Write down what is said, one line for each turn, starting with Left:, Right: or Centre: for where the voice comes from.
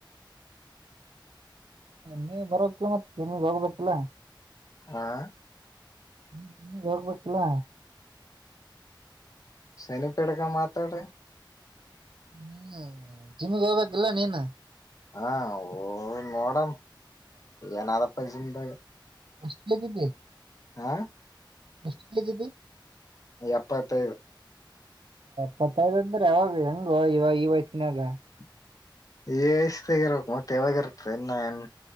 Right: ನೀ ಬರ ಮತ್ತ ನಿ ಬೋಗದುಲ
Left: ಆಾ
Right: ಹ್ಮ ರೂಪಾಯಿ ಕಲೋ
Left: ಶನಿಪ ಎಡುಕಾ ಮಾತ್ರಡ
Right: ಹ್ಮ್ ಜಮೆ ಬಬ ಗಲ್ಲ ನೀನ್ನ
Left: ಹಾ ನೋಡಮ ಏನಾದಪ್ಪ ಜಿಮದಾಗ
Right: ಅಷ್ಟು ಬಗಿದ್ದೆ
Left: ಹಾ
Right: ಎಸ್ಟ್ ಗೆದ್ದಿದ್ದಿ
Left: ಎಪ್ಪತ್ತೈದು
Right: ಪತ್ತದ ಅಂದ್ರ ಯವಾಗ ಹೇಗೊ ಇವಾಗ ಈ ವಯಸ್ನ್ಯಗ.
Left: <unintelligible> ಎ ಷ್ಟ ತಗಿರ್ಬೇಕಕ್ ಮತ್ತ ಯಾವಾಗ ಇರ್ತದೆ ಇನ್ನ ಏನ್